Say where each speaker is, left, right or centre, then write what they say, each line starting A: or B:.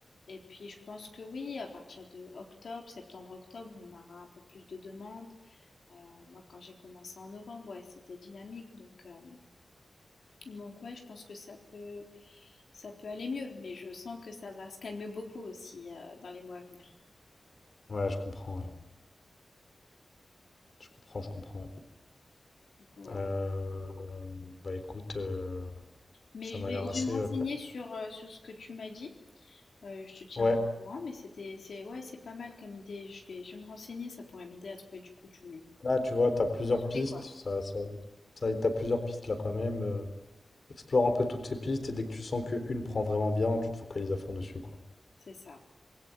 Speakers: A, on the left (about 70°); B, on the left (about 45°).
A: et puis je pense que oui, à partir de octobre, septembre-octobre, on aura un peu plus de demandes. Euh, moi, quand j'ai commencé en novembre, ouais, c'était dynamique, donc euh, donc ouais, je pense que ça peut ça peut aller mieux, mais je sens que ça va se calmer beaucoup aussi euh, dans les mois à venir.
B: Ouais, je comprends, ouais. Je comprends, je comprends.
A: Du coup, voilà.
B: Euh, bah écoute, euh,
A: Mais
B: ça
A: je
B: m'a
A: vais,
B: l'air assez...
A: je vais me renseigner
B: euh,
A: sur euh, sur ce que tu m'as dit. Euh, je te tiendrai
B: Ouais,
A: au courant, mais c'était c'est ouais, c'est pas mal comme idée. Je vais je vais me renseigner, ça pourrait m'aider à trouver du coup du
B: là, tu vois, t'as plusieurs
A: du prospect
B: pistes,
A: quoi.
B: ça, ça, ça- t'as plusieurs pistes là quand même. euh, explore un peu toutes ces pistes, et dès que tu sens qu'une prend vraiment bien, tu te focalises à fond dessus, quoi.
A: C'est ça.